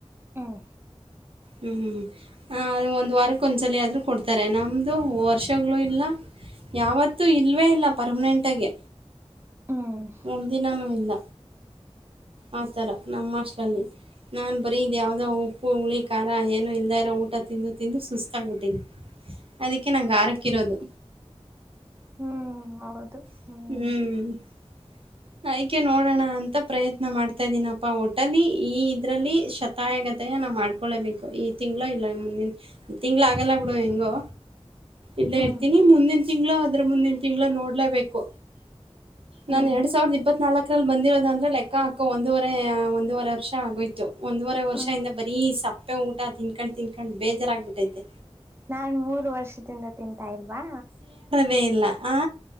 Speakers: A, on the right; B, on the right.
A: ಹ್ಮ್
B: ಹ್ಮ್ ಹ್ಮ್ ಹಾ ಒಂದ್ ವಾರಕ್ ಒಂದ್ಸಲ ಆದ್ರು ಕೊಡ್ತಾರೆ ನಮ್ದು ವರ್ಷಗಳು ಇಲ್ಲ ಯಾವತ್ತೂ ಇಲ್ವೇಇಲ್ಲ ಪರ್ಮನೆಂಟಗೆ
A: ಹ್ಮ್
B: ಒಂದಿನಾನೂ ಇಲ್ಲ ಆತರ ನಮ್ ಹಾಸ್ಟ್ಲಲ್ಲಿ ನಾನ್ ಬರೀ ಇದ್ ಯಾವ್ದೋ ಉಪ್ಪು ಹುಳಿ ಖಾರ ಏನು ಇಲ್ಲ್ದೆಇರೊ ಊಟ ತಿಂದು ತಿಂದು ಸುಸ್ತಾಗಬಿಟ್ಟೀನಿ ಅದಕ್ಕೆ ನಂಗ ಆರುಕ್ಕಿರೋದು
A: ಹ್ಮೂ ಹೌದು
B: ಹ್ಮು
A: ಹ್ಮ್
B: ಅದಿಕ್ಕೆ ನೋಡೋಣ ಅಂತ ಪ್ರಯತ್ನ ಮಾಡ್ತಾ ಇದ್ದೀನಪ್ಪಾ ಒಟ್ಟಲ್ಲಿ ಈ ಇದ್ರಲ್ಲಿ ಶತಾಯಗತಾಯ ಮತ್ತೇ ನಾವ್ ಮಾಡ್ಕೊಳ್ಳೇಬೇಕು ಈ ತಿಂಗ್ಳು ಇಲ್ಲ ಮುಂದಿನ ಈ ತಿಂಗ್ಳು ಆಗಲ್ಲ ಬಿಡು ಹೆಂಗೋ ಇಲ್ಲ
A: ಹ್ಮ್
B: ಇರ್ತಿನಿ ಮುಂದಿನ ತಿಂಗ್ಳು ಅದ್ರು ಮುಂದಿ ತಿ ತಿಂಗ್ಳ ನೋಡ್ಲೇಬೇಕು
A: ಹ್ಮ್
B: ನನ್ ಎರ್ ಸಾವ್ರದ ಇಪ್ಪತ್ ನಾಲ್ಕರಲ್ಲಿ ಬಂದಿರೋದು ಅಂದ್ರೆ ಲೆಕ್ಕ ಹಾಕೋ ಒಂದೂವರೆ ಒಂದೂವರೆ ವರ್ಷ ಆಗೋಯ್ತು ಒಂದುವರೆ ವರ್ಷಇಂದ
A: ಹ್ಮ್
B: ಬರೀ ಸಪ್ಪೇ ಊಟ ತಿನ್ಕೊಂಡ್ ತಿಂನ್ಕೊಂಡ್ ಬೇಜಾರಾಗಬಿಟ್ಟೈತೆ
A: ನಾನ್ ಮೂರು ವರ್ಷದಿಂದ ತಿಂತಾ ಇಲ್ವಾ
B: ನಿಲ್ಲ ಆ